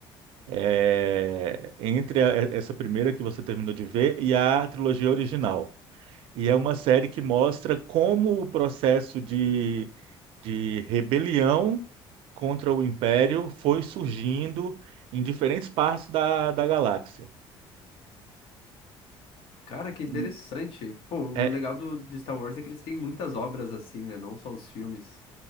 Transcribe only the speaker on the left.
Cara, que interessante.
Pô, o
legal do... de Star Wars é que eles têm muitas obras assim, né? Não só os filmes,